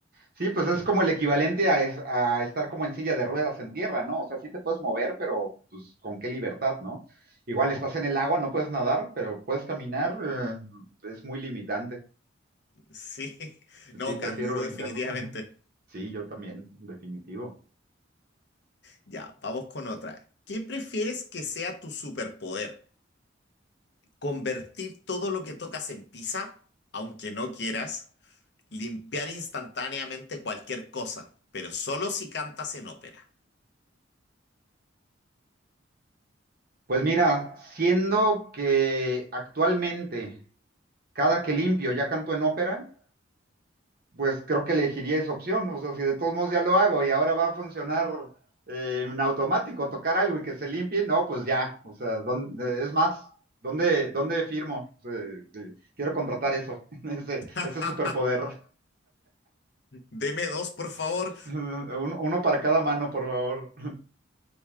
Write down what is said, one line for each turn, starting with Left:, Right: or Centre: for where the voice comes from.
Right: Sí, pues es como el equivalente a, es- a estar como en silla de ruedas en tierra, ¿no? O sea, sí te puedes mover, pero pues con qué libertad, ¿no? Igual estás en el agua, no puedes nadar, pero puedes caminar, eh, es muy limitante.
Left: Sí. No,
Right: Sí, prefiero
Left: canguro
Right: brincar.
Left: definitivamente.
Right: <laughs> Sí, yo también, definitivo.
Left: Ya, vamos con otra. ¿Qué prefieres que sea tu superpoder? ¿Convertir todo lo que tocas en pizza, aunque no quieras? Limpiar instantáneamente cualquier cosa, pero solo si cantas en ópera.
Right: Pues mira, siendo que actualmente cada que limpio ya canto en ópera, pues creo que elegiría esa opción. O sea, si de todos modos ya lo hago y ahora va a funcionar eh, en automático tocar algo y que se limpie, no, pues ya. O sea, ¿dónde- eh, es más, ¿dónde, dónde firmo? O sea, que- quiero contratar eso, <laughs> ese,
Left: <laughs>
Right: ese superpoder.
Left: Deme dos, por favor.
Right: <laughs> Un- Uno para cada mano, por favor. <laughs>